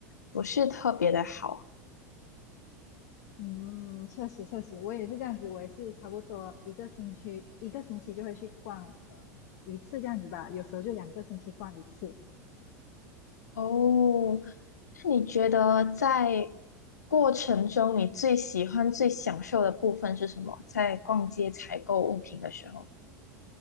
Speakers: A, on the left; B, on the left.
A: 不是特别的好。
B: 嗯，确实确实，我也是这样子，我也是差不多一个星期一个星期就会去逛呃一次这样子吧，有时候就两个星期逛一次。
A: 哦，那你觉得在过程中，你最喜欢、最享受的部分是什么？在逛街采购物品的时候？